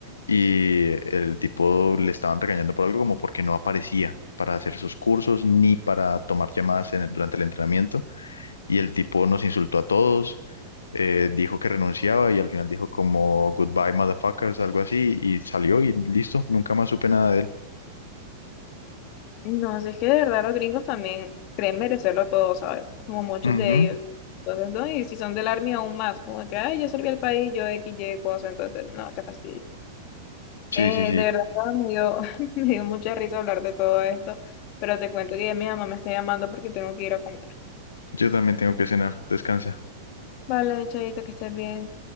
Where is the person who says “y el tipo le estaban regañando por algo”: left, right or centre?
Left